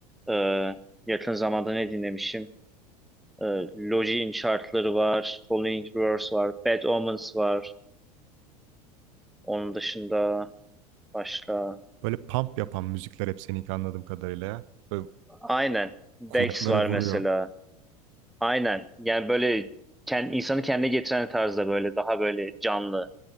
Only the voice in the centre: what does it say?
e, yakın zamanda ne dinlemişim? E, Logic'in şarkıları var. Following Verse var. Bad Omens var. Onun dışında başka...
Aynen. Dex
var
mesela. Aynen. Yani böyle kend, insanı kendine getiren tarzda böyle daha böyle canlı